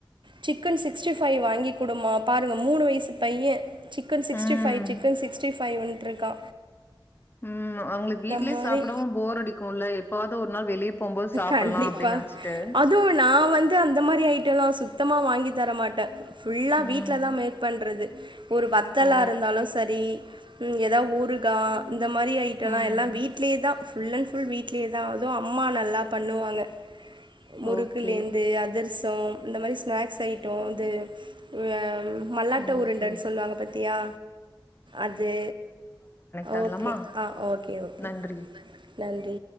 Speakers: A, on the right; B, on the left.
A: சிக்கன் சிக்ஸ்டி பைவ் வாங்கி குடுமா பாருங்க மூணு வயசு பையன் சிக்கன் சிக்
B: ம்
A: சிக்ஸ்டிஃபை சிக்கன் சிக்ஸ்டி ஃபைவன்ருக்கா
B: ம் அவுங்கள வீட்லே
A: மாரி
B: சாப்டவு போர் அடிக்கு இல்ல எப்பாவது ஒரு நாள் வெளியே போகும்போது சாப்லா
A: கண்டிப்பா
B: அப்டினு நெனச் வச்சுட்டு
A: அதுவு நா வந்து அந்த மாரி ஐட்டம் எல்லா சுத்தமா வாங்கி தரமாட்டே ஃபுல்லா
B: ம்
A: வீட்ல தா மேக் பண்றது ஒரு வத்தலா
B: ஓ
A: இருந்தாலு சரி எதா ஊருகா இந்த மாரி ஐட்டல்லா
B: ம்
A: எல்லா வீட்லையேதா ஃபுல் அண்ட் ஃபுல் வீட்லயே தா அதுவு அம்மா நல்லா பண்ணுவாங்க முறுக்குலேந்து
B: ஓகே
A: அதிர்சோ இந்த மாரி ஸ்நாக்ஸ் ஐட்டோ அது அ மல்லாட்ட
B: ஓகே
A: உருண்டன்னு
B: ஓகே
A: சொல்லுவாங்க பத்தியா அது
B: தர்லாமா
A: ஓகே ஆ ஓகே ஓகே
B: நன்றி
A: நன்றி